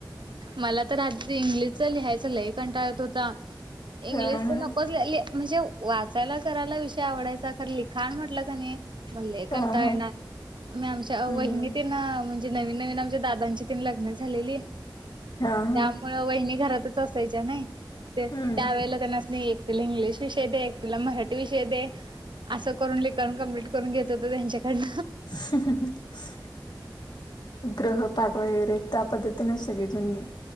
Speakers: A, on the right; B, on the left.
A: मला तर आधी इंग्लिशच लिहायचं ल हे कंटाळत होता इंग्लिश
B: हा हा
A: नको म्हणजे वाचायला करायला विषय आवडायचा खर लिखाण म्हटलं कनी म्हणले
B: हा
A: कणताा
B: हा
A: ये ना मी आमच्या
B: हम्म
A: वहिनी
B: हम्म
A: त नवीन नवीन आमच्या दाां लग्न झालेली
B: हा हा
A: त्यामुळे वहिनी घरातच अस सज नाही ते त्यावेेळेला
B: हम्म
A: त्यांनाच नाही एकटीला इंग्लिश विषय दे एकटीला मराठी विषय दे असं करून लेखन कंप्लीट करून घेत होत त्यांच्याकडन
B: <unintelligible> ग्रह पाठ वगैरे त्या पद्धतीने सग जुूननी